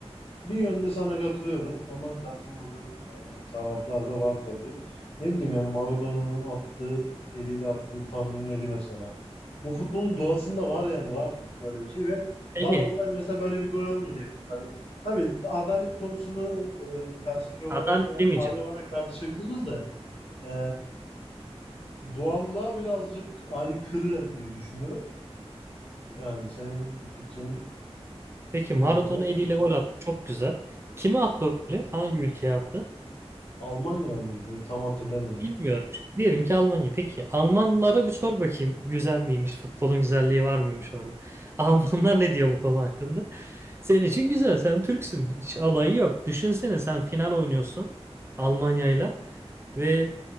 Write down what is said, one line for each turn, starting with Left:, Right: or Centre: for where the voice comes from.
Left: bir yönde sana katılıyorum ama katılmadığım e, taraflar da var tabii. Ne bileyim yani Maradona'nın attığı eliyle attığı Tanrı'nın eli mesela. Bu futbolun doğasında var yani var böyle bir şey ve
Right: Peki
Left: var olsaydı mesela böyle bir gol olmayacaktı tabii. Tabii adalet konusunu e, felsefi olarak
Right: adalet
Left: da
Right: demeyeceğim.
Left: aile olarak tartışabiliriz de e, doğallığa birazcık aykırı diye düşünüyorum. Yani senin fikrin
Right: Peki
Left: bu
Right: Maradona
Left: konuda
Right: eliyle gol attı. Çok güzel. Kime attı o golü? Hangi ülkeye attı?
Left: Almanya mıydı? Tam hatırlamıyorum.
Right: Bilmiyorum. Diyelim ki Almanya. Peki Almanlara bir sor bakayım. Güzel miymiş? Futbolun güzelliği var mıymış orada? <laughs> Almanlar ne diyor bu konu hakkında? Senin için güzel. Sen Türksün. Hiç alayı yok. Düşünsene sen final oynuyorsun Almanya'yla ve